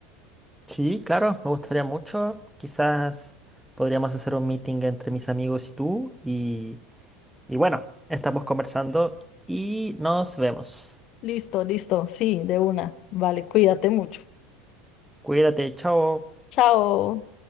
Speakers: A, in the centre; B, on the left.
A: Sí, claro, me gustaría mucho. Quizás podríamos hacer un meeting entre mis amigos y tú. Y, y bueno, estamos conversando y nos vemos.
B: Listo, listo. Sí, de una. Vale, cuídate mucho.
A: Cuídate, chao.
B: Chao.